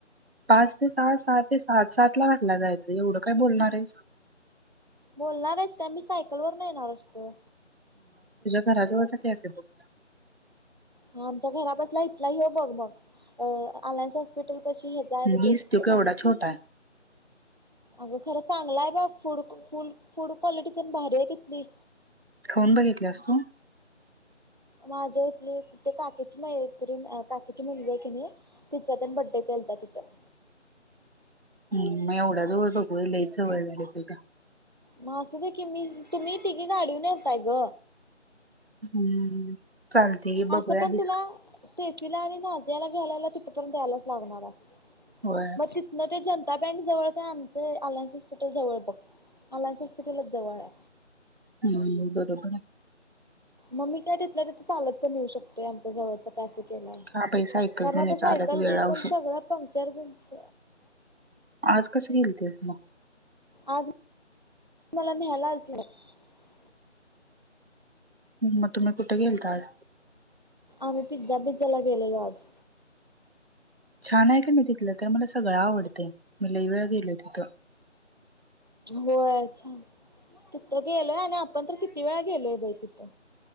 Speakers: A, on the right; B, on the right.
A: पाच ते सात सहा ते सात सात ला घरला जायचं एवढं काय बोलणार आहेत?
B: बोलणार आहेस का मी सायकल वर न येणार असतोय.
A: घरा जवळचा कॅफे बघुया.
B: हा आमच्या घरा पसला इथला यो बघ मग अ अलायन्स हॉस्पिटल कशी हे जायब
A: दिस
B: तो तथं
A: केवढा छोटा आहे
B: अग खरं चांगलाय बघ फूड फू फूड कॉलेटी तेन भारी आहे तिथली.
A: खाऊन बघितल्यास तु?
B: माझ्या इथली ते काकीची मैत्रीण ते काकीची मुलगी आहे की नाही तिचा तेन बर्थडे केलता तिथं.
A: हम्म म एवढ्या जवळ बघू होय लयच जवळ होतय त्याला.
B: म असु दे की मी तुम्ही तिघी गाडीवरून येताय ग.
A: हम्म. चालतय की बघूया
B: असं पण
A: डिस्क
B: तुला स्टेफीला आणि नाजियाला घ्यायला येयला तिथपर्यंत यायलाच लागणार आहे.
A: होय
B: म तितन ते जन जनता बँक जवळ काय आमचे अलायन्स हॉस्पिटल जवळ पड अलायन्स हॉस्पिटलच जवळ आहे.
A: हम्म बरोबर
B: म मी काय तिथल्या तिथ चालत पण येऊ शकतोय आमच्या जवळच कॅफे गेल्यावर,
A: हा बाई सायकल
B: कारण
A: घेऊन
B: आता
A: यायचा
B: सायकल
A: आला की वेळ
B: बीकल
A: औषध
B: सगळं पंक्च चार्जिंगच
A: आज कस गेलतीस म?
B: आज मला न्यायला आलते <unintelligible>
A: म तुम्ही कुठे गेलता आज?
B: आम्ही पिझ्झा बिझ्झाला गेलेलो आज.
A: छान आहे कनी तिथलं ते मला सगळं आवडतं मी लय वेळा गेलोय तिथं.
B: हो अच्छा तिथं गेलोय आणि आपण तर किती वेळा गलोय बै तिथं